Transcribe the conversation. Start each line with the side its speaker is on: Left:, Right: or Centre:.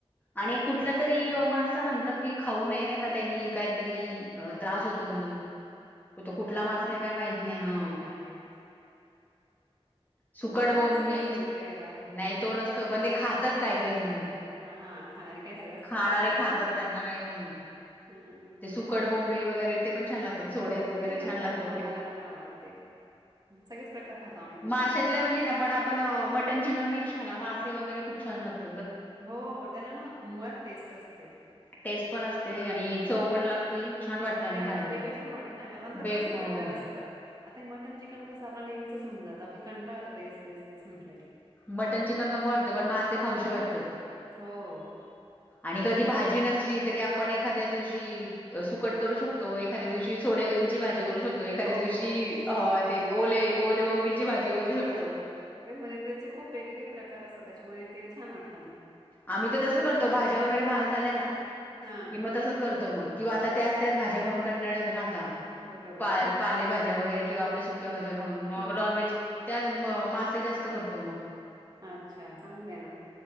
Left: आणि एक कुठलं तरी मासा म्हणतात की खाऊ नये नाही का त्यांनी काय तरी त्रास होतो म्हणून. कु तो कुठला
Right: हो
Left: मासाये
Right: का?
Left: काय माहित नाही हा.
Right: काय माहीत.
Left: सुकड
Right: मग तो
Left: बोंबिल
Right: नसेल जास्त विकायला.
Left: नाही तो नसत पण ते खातात काय काय जण.
Right: हा हा खाणारे काय सगळंच
Left: खाणारे
Right: खातात बो
Left: त्यांना काही नाहीये
Right: ह.
Left: ते सुकट बोंबिल वगैरे ते पण छान लागतात चोडे वगैरे
Right: ते पण
Left: छान लागत
Right: हो,
Left: ते.
Right: मला पण आवडतं ते. सगळेच प्रकार खातो आम्ही पण.
Left: माश्यातलं म्हणजे ना बर आपण मटन चिकन पेक्षाय ना मासा वगैरे खूप छान लागते.
Right: हो त्याला ना मुळात टेस्ट असते ती.
Left: टेस्ट पण असते आणि
Right: हं.
Left: चव पण लागती. छान वाटतं
Right: आणि आप
Left: खायला
Right: वेगळं छान वाटतं ना त्यात
Left: बे
Right: कसे
Left: हो
Right: प्रकार असतात आता हे मटन चिकन कसं आपण नेहमीच होऊ जात आप कंटाळा यतो तेच तेच तेच म्हटलं की.
Left: मटन चिकन नको वाटत पण मासे खाऊशी
Right: हां.
Left: वाटतत
Right: हो,
Left: आणि कधी भाजी जी नसली तरी आपण एखाद्या दिवशी सुकट करू शकतो. एखाद्या दिवशी सोडेगनची भाजी करू शकतो, एखाद्या
Right: हो.
Left: दिवशी ह ते ओले ओले बोंबील ची भाजी करू
Right: हां.
Left: शकतो.
Right: तेच म्हणजे त्याचे खूप वेगवेगळे प्रकार असतात, त्याच्यामुळे ते छान वाटतं म.
Left: आम्ही तर तसच करतो भाज्या वगैरे महाग झाल्या ना
Right: हां,
Left: किं म तसच करतो म. किंवा आता त्याच त्याच भाज्या खाऊन कंटाळ येतो ना आता,
Right: बरोबर.
Left: पा पाले भाज्या वगैरे किंवा आपल्या सुक्या भाज्या. अन मग
Right: हं,
Left: नॉनव्हेज
Right: हं.
Left: त्या म मासे जास्त
Right: <inaudible>
Left: करतो मग
Right: अच्छा चांगलंय ना